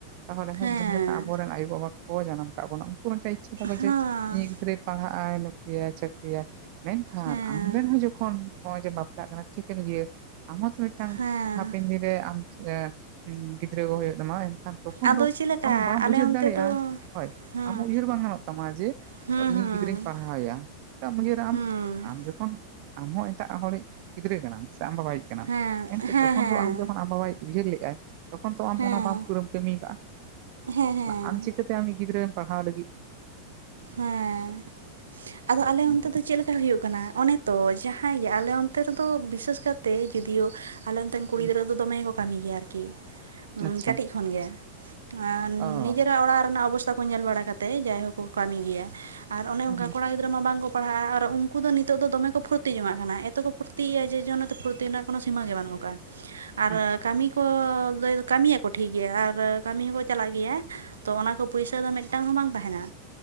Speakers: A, on the right; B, on the right.
A: ᱛᱟᱦᱚᱞᱮ ᱠᱷᱟᱡ
B: ᱦᱮᱸ
A: ‌ᱡᱟᱦᱟᱸ ᱞᱮᱠᱼᱼᱼ ᱨᱮᱱ ᱟᱭᱳᱼᱵᱟᱵᱟ ᱠᱚ ᱡᱟᱱᱟᱢ ᱟᱠᱟᱜ ᱵᱚᱱᱟ ᱩᱱᱠᱩ ᱢᱤᱫᱴᱮᱱ ᱤᱪᱪᱷᱟᱹ ᱛᱟᱠᱚ
B: ᱦᱮᱸ
A: ᱡᱮ ᱤᱧᱤᱜ ᱜᱤᱫᱽᱨᱟᱹᱭᱼᱼ ᱯᱟᱲᱦᱟᱜᱼᱟᱭ ᱱᱚᱠᱨᱤ ᱭᱟᱭ ᱪᱟᱹᱠᱨᱤ ᱭᱟᱭ ᱢᱮᱱᱠᱷᱟᱱ
B: ᱦᱮᱸ
A: ᱟᱢ ᱨᱮᱱ ᱦᱚᱸ ᱡᱚᱠᱷᱚᱱ ᱱᱚᱜᱼᱚᱭ ᱡᱮ ᱵᱟᱯᱼᱼ ᱞᱟᱜ ᱠᱟᱱᱟ ᱴᱷᱤᱠᱟᱹᱱ ᱜᱮ ᱟᱢ ᱦᱚᱸᱛᱚ ᱢᱤᱫᱴᱟᱝ
B: ᱦᱮᱸ
A: ᱦᱟᱯᱮᱱ ᱫᱤᱱ ᱨᱮ ᱟᱢ ᱮᱻ ᱦᱩᱸ ᱜᱤᱫᱽᱨᱟᱹ ᱠᱚ ᱦᱚᱭᱚᱜ ᱛᱟᱢᱟ ᱦᱚᱭ ᱮᱱᱠᱷᱟᱱ ᱛᱚᱠᱷᱚᱱ
B: ᱟᱫᱚ
A: ᱫᱚᱼᱼ
B: ᱪᱮᱫ ᱞᱮᱠᱟ
A: ᱟᱢ ᱵᱟᱢ
B: ᱟᱞᱮ
A: ᱩᱭᱦᱟᱹᱨ
B: ᱚᱱᱛᱮ
A: ᱫᱟᱲᱮᱜᱼᱟ
B: ᱫᱚ
A: ᱦᱚᱭ
B: ᱦᱮᱸ
A: ᱟᱢ ᱩᱭᱦᱟᱹᱨ ᱵᱟᱝ ᱜᱟᱱᱚᱜ ᱛᱟᱢᱟ ᱡᱮᱼᱼ
B: ᱦᱩᱸ
A: ᱛᱚ ᱤᱧᱤᱡ
B: ᱦᱩᱸ
A: ᱜᱤᱫᱽᱨᱟᱹᱧ ᱯᱟᱲᱦᱟᱣᱮᱭᱟ ᱪᱮᱫᱟᱢ ᱩᱭᱦᱟᱹᱨᱟ ᱟᱢ,
B: ᱦᱩᱸ
A: ᱟᱢ ᱡᱚᱠᱷᱚᱱᱼᱼ ᱟᱢ ᱦᱚᱸ ᱮᱴᱟᱜ ᱦᱚᱲᱤᱡ ᱜᱤᱫᱽᱨᱟᱹ ᱠᱟᱱᱟᱢ ᱥᱮ ᱟᱢ ᱵᱟᱵᱟ ᱭᱤᱡ ᱠᱟᱱᱟᱢ
B: ᱦᱮᱸ
A: ᱮᱱᱛᱮᱜ
B: ᱦᱮᱸ
A: ᱛᱚᱠᱷᱚᱱ
B: ᱦᱮᱸ
A: ᱫᱚ ᱟᱢ ᱡᱚᱠᱷᱚᱱ ᱟᱢ ᱵᱟᱵᱟ ᱭᱤᱡᱼᱼ ᱩᱭᱦᱟᱹᱨ ᱞᱮᱜᱼᱟᱭ ᱛᱚᱠᱷᱚᱱ ᱛᱚ ᱟᱢ
B: ᱦᱮᱸ
A: ᱚᱱᱟ ᱵᱟᱢ ᱠᱩᱨᱮᱢ ᱠᱟᱹᱢᱤᱭ ᱠᱟᱜ-ᱟ᱾
B: ᱦᱮᱸ ᱦᱮᱸ
A: ᱛᱟ ᱟᱢ ᱪᱤᱠᱟᱹᱛᱮ ᱟᱢᱤᱡ ᱜᱤᱫᱽᱨᱟᱹᱢ ᱯᱟᱲᱦᱟᱣ ᱞᱟᱹᱜᱤᱫᱼᱼ
B: ᱦᱮᱸᱻ ᱟᱫᱚ ᱟᱞᱮ
A: ᱚᱱᱟᱜᱮ
B: ᱚᱱᱛᱮ ᱫᱚ ᱪᱮᱜ ᱞᱮᱠᱼᱼ ᱠᱟᱹ ᱦᱩᱭᱩᱜ ᱠᱟᱱᱟ ᱚᱱᱮ ᱛᱚ ᱡᱟᱦᱟᱸᱭ ᱜᱮ ᱟᱞᱮ ᱚᱱᱛᱮ ᱨᱮᱫᱚ ᱵᱤᱥᱮᱥ ᱠᱟᱛᱮ ᱡᱩᱫᱤᱭᱳᱼᱼ ᱦᱟᱞᱮ ᱱᱚᱛᱮᱱ ᱠᱩᱲᱤ
A: ᱦᱩᱸ,
B: ᱜᱤᱫᱽᱨᱟᱹ ᱫᱚ ᱫᱚᱢᱮ ᱠᱚ ᱠᱟᱢᱤᱭ ᱜᱮᱭᱟ ᱟᱨᱠᱤ ᱩᱢᱻ
A: ᱟᱪᱪᱷᱟ
B: ᱠᱟᱹᱴᱤᱡ ᱠᱷᱚᱱ ᱜᱮ᱾ ᱟᱸᱻ
A: ᱚ
B: ᱱᱤᱡᱮᱨᱟᱜ ᱚᱲᱟᱜ ᱨᱮᱱᱟᱜ ᱚᱵᱚᱥᱛᱟ ᱠᱚ ᱧᱮᱞ ᱵᱟᱲᱟ ᱠᱟᱛᱮᱡ ᱡᱟᱭᱦᱳᱠ ᱠᱚ ᱠᱟᱢᱤ ᱜᱮᱭᱟ᱾ ᱟᱨ ᱚᱱᱮ
A: ᱦᱩᱸ
B: ᱚᱱᱠᱟ‌ ᱠᱚᱲᱟ ᱜᱤᱫᱽᱨᱟᱹ ᱢᱟ ᱵᱟᱝ ᱠᱚ ᱯᱟᱲᱦᱟᱜᱼᱟ ᱟᱨ ᱩᱱᱠᱩ ᱫᱚ ᱱᱤᱛᱚᱜ ᱫᱚᱢᱮ ᱠᱚ ᱯᱷᱩᱨᱛᱤ ᱡᱚᱝᱟᱜ ᱠᱟᱱᱟ ᱮᱛᱚ ᱠᱚ ᱯᱷᱩᱨᱛᱤᱜ ᱭᱮᱜ-ᱟ ᱡᱮ ᱡᱚ ᱚᱱᱟᱛᱮ ᱯᱷᱩᱨᱛᱤ ᱨᱮᱱᱟᱜᱼᱼ ᱠᱚᱱᱚ ᱥᱤᱢᱟᱹ ᱜᱮ ᱵᱟᱱᱩᱜ ᱟᱠᱟᱜᱼᱟ ᱟᱨ
A: ᱦᱩᱸ ᱦᱩᱸ
B: ᱠᱟᱢᱤᱠᱼᱼ ᱠᱚ ᱞᱟᱹᱭ ᱫᱚ ᱠᱟᱢᱤ ᱭᱟᱠᱚ ᱴᱷᱤᱠ ᱜᱮᱭᱟ ᱟᱨ ᱠᱟᱢᱤ ᱦᱚᱸᱠᱚ ᱪᱟᱞᱟᱜ ᱜᱮᱭᱟᱼᱼ ᱛᱚ ᱚᱱᱟ ᱠᱚ ᱯᱩᱭᱥᱟᱹ ᱫᱚ ᱢᱮᱜᱴᱟᱝ ᱦᱚᱸ ᱵᱟᱝ ᱛᱟᱦᱮᱱᱟ᱾